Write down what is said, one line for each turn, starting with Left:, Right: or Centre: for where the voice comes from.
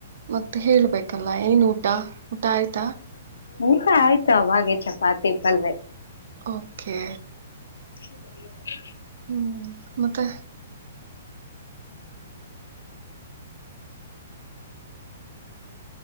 Right: ಮತ್ತೆ ಹೇಳ್ಬೇಕಲ್ಲ ಏನ್ ಊಟ ಊಟ ಆಯ್ತಾ
Left: ಊಟ ಆಯ್ತು ಅವಗೆ ಚಪಾತಿ, ಪಲ್ಯ.
Right: ಓಕೆ
Left: ಹ
Right: ಹ್ಞ ಮತ್ತೆ?